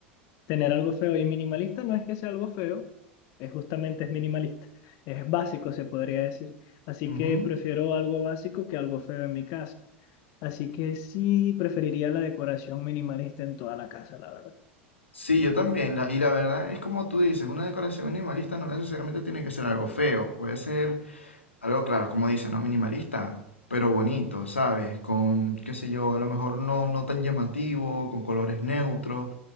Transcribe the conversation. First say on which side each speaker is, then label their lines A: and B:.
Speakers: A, on the left; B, on the left.
A: tener algo feo. Y minimalista no es que sea algo feo, es justamente es minimalista, es básico, se podría decir. Así
B: <laughs> Ujú.
A: que prefiero algo básico que algo feo en mi casa. Así que sí, preferiría la decoración minimalista en toda la casa, la verdad. O
B: Sí, yo también. la- y la verdad es como tú dices, una decoración minimalista no necesariamente tiene que ser algo feo. Puede ser Algo claro, como dice, ¿no? Minimalista, pero bonito, ¿sabes? Con, qué sé yo, a lo mejor no, no tan llamativo, con colores neutros.